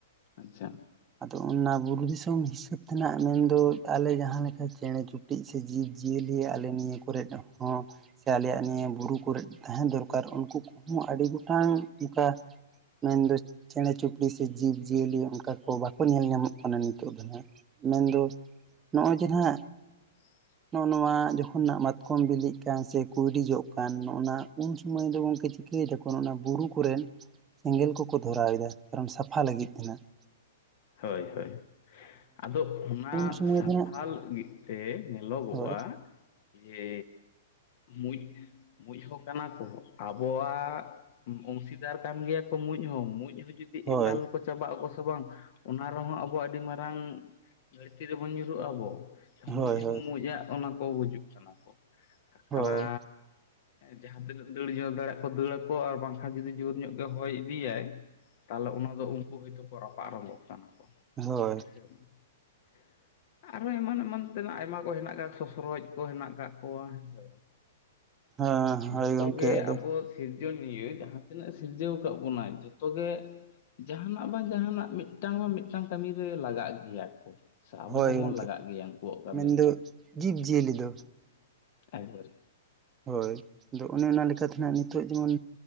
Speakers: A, on the left; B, on the right.
A: ᱟᱪᱪᱷᱟ,
B: ᱟᱫᱚ ᱚᱱᱟ ᱵᱩᱨᱩ ᱫᱤᱥᱚᱢ ᱥᱮᱫ ᱛᱮᱱᱟᱜ ᱢᱮᱱᱫᱚ ᱟᱞᱮ ᱡᱟᱦᱟᱸ ᱞᱮᱠᱟ ᱪᱮᱬᱮ ᱪᱩᱯ ᱲᱤᱡ ᱥᱮ ᱡᱤᱵᱽ ᱡᱤᱭᱟᱹᱞᱤ ᱟᱞᱮ ᱱᱤᱭᱟᱹ ᱠᱚᱨᱮᱫ ᱦᱚᱸ, ᱥᱮ ᱟᱞᱮᱭᱟᱜ ᱱᱤᱭᱟᱹ ᱵᱩᱨᱩ ᱠᱚᱮᱨᱜ ᱛᱟᱦᱮᱸ ᱫᱚᱨᱠᱟᱨ ᱩᱱᱠᱩ ᱠᱚᱦᱚᱸ ᱟᱹᱰᱤ ᱜᱚᱴᱟᱝ ᱚᱱᱠᱟ ᱢᱮᱱᱫᱚ ᱪᱮᱬᱮ ᱪᱩᱯᱲᱤ ᱥᱮ ᱡᱤᱵᱽ ᱡᱤᱭᱟᱹᱞᱤ ᱚᱱᱠᱟ, ᱠᱚ ᱵᱟᱠᱚ ᱧᱮᱞ ᱧᱟᱢᱚᱜ ᱠᱟᱱᱟ ᱱᱤᱛᱚᱜ ᱫᱚ ᱦᱟᱸᱜ, ᱢᱮᱱᱫᱚ ᱱᱚᱜ-ᱚᱭ ᱡᱮ ᱱᱟᱦᱟᱜ,
A: <inaudible>
B: ᱱᱚᱜ-ᱚ ᱱᱚᱣᱟ ᱡᱚᱠᱷᱚᱱ ᱱᱟ ᱢᱟᱛᱠᱚᱢ ᱵᱤᱞᱤᱜ ᱠᱟᱱ ᱥᱮ ᱠᱩᱭᱰᱤ ᱡᱚ ᱠᱟᱱ ᱱᱚᱜ-ᱱᱟ ᱩᱱ ᱥᱩᱢᱟᱹᱭ ᱫᱚ ᱜᱚᱝᱠᱮ ᱪᱤᱠᱟᱹᱭ ᱫᱟᱠᱚ ᱚᱱᱟ ᱵᱩᱨᱩ ᱠᱚᱨᱮᱱ ᱥᱮᱸᱜᱮᱸᱞ ᱠᱚᱠᱚ ᱫᱷᱚᱨᱟᱣ ᱫᱟ ᱠᱟᱨᱚᱱ ᱥᱟᱯᱷᱟ ᱞᱟᱹᱜᱤᱫ ᱛᱮᱱᱟ ᱾
A: ᱦᱳᱭ ᱦᱳᱭ᱾ ᱟᱫᱚ ᱚᱱᱟ
B: ᱩᱱ ᱥᱚᱢᱚᱭ
A: ᱥᱟᱯᱷᱟ
B: ᱫᱚ ᱱᱟᱜ
A: ᱞᱟᱹᱜᱤᱫ ᱛᱮ ᱧᱮᱞᱚ ᱜᱚᱜ-ᱟ,
B: ᱦᱳᱭ
A: ᱡᱮ ᱢᱩᱡ ᱢᱩᱡᱽ ᱦᱚᱸ ᱠᱟᱱᱟ ᱠᱚ ᱟᱵᱚᱣᱟᱜ ᱚᱝᱥᱤᱫᱟᱨ ᱠᱟᱱ ᱜᱮᱭᱟ ᱠᱚ ᱢᱩᱸᱡ ᱦᱚᱸ, ᱢᱩᱸᱡᱽ ᱦᱚᱸ ᱡᱩᱫᱤ
B: ᱦᱳᱭ
A: ᱮᱠᱟᱞ ᱠᱚ ᱪᱟᱵᱟᱜ ᱟᱠᱚ ᱥᱮ ᱵᱟᱝ᱾ ᱚᱱᱟ ᱨᱮᱦᱚᱸ ᱟᱵᱚ ᱟᱹᱰᱤ ᱢᱟᱨᱟᱝ ᱜᱷᱟᱹᱲᱛᱤ ᱨᱮᱵᱚᱱ ᱧᱩᱨᱦᱩᱜ ᱟᱵᱚ
B: ᱦᱳᱭ
A: ᱢᱩᱡᱽ
B: ᱦᱳᱭ
A: ᱦᱚᱸ ᱢᱩᱡ-ᱟ ᱚᱱᱟ ᱠᱚ ᱜᱩᱡᱩᱜ ᱠᱟᱱᱟ ᱠᱚ ᱛᱟᱪᱷᱟᱲᱟᱻ
B: ᱦᱳᱭ
A: ᱡᱟᱦᱟᱸ ᱛᱤᱱᱟᱹᱜ ᱫᱟᱹᱲ ᱧᱚᱜ ᱫᱟᱲᱮᱭᱟᱜ ᱠᱚ ᱫᱟᱹᱲᱟ ᱠᱚ ᱟᱨ ᱵᱟᱝᱠᱷᱟᱱ ᱡᱩᱫᱤ ᱡᱳᱨ ᱧᱚᱜ ᱜᱮ ᱦᱚᱭ ᱤᱫᱤᱭᱟᱭ᱾ ᱛᱟᱦᱚᱸᱞᱮ ᱚᱱᱟ ᱫᱚ ᱩᱱᱠᱩ ᱦᱚᱭᱛᱳ ᱠᱚ ᱨᱟᱯᱟᱜ ᱨᱝᱜᱚᱜ ᱠᱟᱱᱟ ᱠᱚ
B: ᱦᱳᱭ
A: ᱦᱮᱸ ᱥᱮ ᱵᱟᱝ? <inaudible> ᱟᱨ ᱦᱚᱸ ᱮᱢᱟᱱ ᱮᱢᱟᱱ ᱛᱮᱱᱟᱜ ᱟᱭᱢᱟ ᱠᱚ ᱦᱮᱱᱟᱜ ᱥᱚᱥᱚᱨᱚᱡ ᱠᱚ ᱦᱮᱸᱱᱟᱜ ᱠᱟᱜ ᱠᱚᱣᱟ ᱦᱮᱸ ᱥᱮ ᱵᱟᱝ᱾
B: ᱦᱮᱸ ᱦᱳᱭ
A: ᱡᱷᱚᱛᱚ
B: ᱜᱚᱝᱠᱮ
A: ᱜᱮ
B: ᱟᱫᱚ
A: ᱟᱵᱚ ᱥᱤᱨᱡ ᱥᱤᱨᱡᱚᱱᱤᱭᱟᱹ ᱡᱟᱦᱟᱸ ᱛᱤᱱᱟᱹᱜ ᱥᱤᱨᱡᱟᱹᱣ ᱟᱠᱟᱫ ᱵᱚᱱᱟᱭ ᱡᱚᱛᱚ ᱜᱮ ᱡᱟᱦᱟᱱᱟᱜ ᱵᱟᱝ ᱡᱟᱦᱟᱱᱟᱜ ᱢᱤᱫ ᱢᱤᱫᱴᱟᱝ ᱵᱟᱝ ᱢᱤᱫᱴᱟᱝ ᱠᱟᱹᱢᱤ ᱨᱮ ᱞᱟᱜᱟᱜ ᱜᱮᱭᱟ ᱠᱚ ᱾ ᱥᱮ ᱟᱵᱚ
B: ᱦᱳᱭ
A: ᱦᱚᱸᱵᱚᱱ
B: ᱜᱚᱝᱠᱮ
A: ᱞᱟᱜᱟᱜ ᱜᱮᱭᱟ ᱩᱱᱠᱩᱣᱟᱜ ᱠᱟᱹᱢᱤ
B: ᱢᱮᱱᱫᱚ
A: ᱨᱮ
B: ᱡᱤᱵᱽᱼᱡᱤᱭᱟᱹᱞᱤ ᱫᱚ
A: ᱮᱠᱵᱟᱨ ᱾
B: ᱦᱳᱭ ᱟᱫᱚ ᱚᱱᱮ ᱚᱱᱟ ᱞᱮᱠᱟᱛᱮ ᱦᱟᱸᱜ ᱱᱤᱛᱚᱜ ᱡᱮᱢᱚᱱ